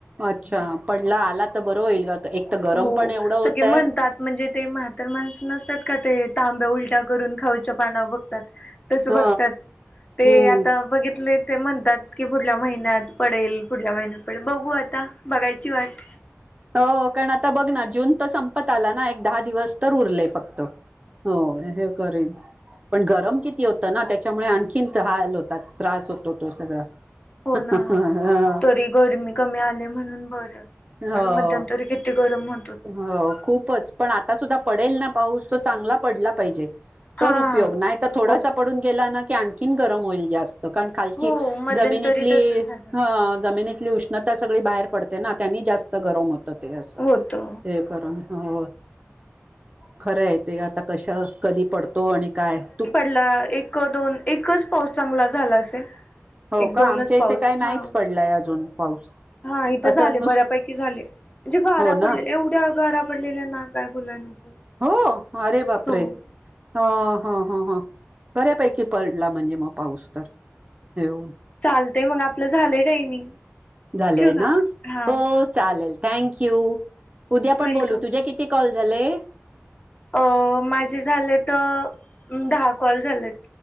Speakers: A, on the right; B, on the left.
A: अच्छा पडला आला तर बरं होईल का एक तर गरम
B: हो
A: पण एवढं होतय
B: सगळे म्हणतात म्हणजे ते म्हातर माणस नसत का ते तांब्या उलट्या करून खाऊच्या पाना बघतात तस बघतात
A: ह
B: ते
A: हम्म
B: आता बघितले ते म्हणतात की पुढल्या महिन्यात पडेल पुढल्या महिन्यात पडेल बघू आता बघायची वाट
A: हो कारण आता बघ ना जून तर संपत आला ना एक दहा दिवस तर उरले फक्त हो हे करीन पण गरम किती होतं ना त्याच्यामुळे आणखीन हाल होतात त्रास होतो तो सगळा हा
B: हो ना.
A: <inaudible>
B: तरी गरमी कमी आले म्हणून बरं
A: हो
B: मध्यंतरी किती गरम हो
A: हो खूपच पण आता सुद्धा पडेल ना पाऊस तो चांगला पडला पाहिजे
B: हा
A: तर उपयोग नाही तर थोडासा
B: ओ
A: पडून गेला ना की आणखीन गरम होईल जास्त कारण खालची
B: हो मध्यंतरी
A: जमिनीतली
B: तसच झालं.
A: -जमिनीतली उष्ण आता सगळी बाहेर पडते ना त्यांनी जास्त गरम होतं ते.
B: होतो.
A: हे करण हो खरं आहे ते आता कशा कधी पडतो आणि काय तू.
B: ला एक दोन -एकच पाऊस चांगला झाला असेल
A: हो
B: एक
A: का
B: दोनच
A: आमच्या
B: पाऊस
A: इथे काही नाहीच
B: हा
A: पडलाय अजून पाऊस.
B: हा इथे
A: असं
B: झाले
A: नुस
B: बऱ्यापैकी झाले म्हणजे गारा
A: हो ना
B: पडलेल्या एवढ्या गारा पडलेल्या ना काय बोलाय नको.
A: हो अरे बापरे.
B: हो.
A: हा हा ह ह बऱ्यापैकी पडला म्हणजे मग पाऊस तर येऊन.
B: चालतय मग आपलं झालंय टायमिंग
A: झालंय
B: ठेवू का
A: ना
B: हा
A: हो चालेल थँक यू उद्या
B: वेलकम.
A: पण बोलू तुझ्या किती कॉल झाले.
B: अ माझे झाले त दहा कॉल झालेत.